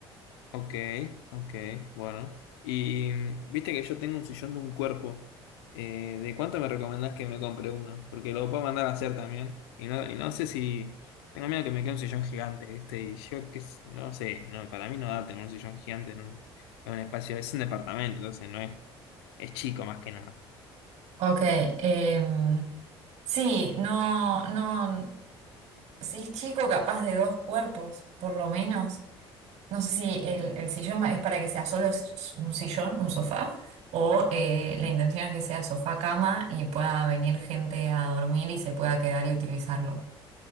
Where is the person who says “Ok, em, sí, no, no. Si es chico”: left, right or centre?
Right